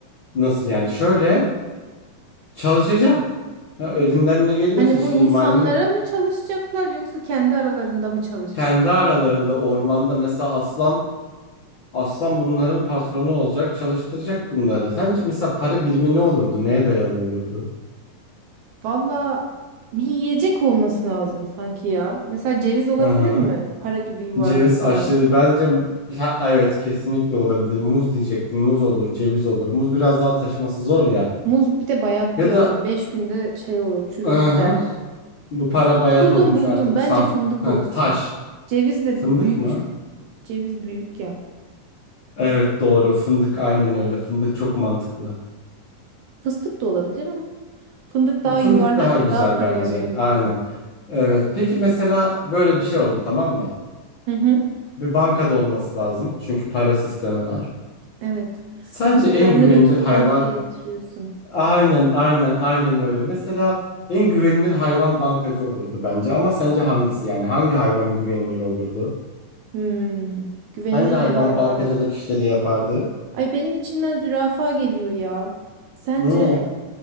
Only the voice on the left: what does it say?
e, nasıl yani şöyle çalışacak. Ya elinden ne geliyorsa
şimdi
maymun
kendi aralarında ormanda mesela aslan aslan bunların patronu olacak çalıştıracak bunları. Sence mesela para birimi ne olurdu? Neye dayalı olurdu?
Hı hı.
Ceviz
aşırı bence ha, evet kesinlikle olabilir. Muz diyecektim. Muz olur, ceviz olur. Muz biraz daha taşıması zor ya.
Ya da
hı hı.
Bu para bayat
olmuş
artık
sah
ha,
taş.
Fındık
mı?
Evet doğru fındık aynen öyle fındık çok mantıklı.
Fındık
daha
güzel
bence
aynen. Evet peki mesela böyle bir şey oldu tamam mı?
Bir bankada olması lazım çünkü para sistemi var.
Sence
en güvenilir
hayvan
aynen aynen aynen öyle. Mesela en güvenilir hayvan bankacı olurdu bence ama sence hangisi yani hangi hayvan güvenilir olurdu?
Hangi hayvan
bankacılık işleri yapardı?
Niye?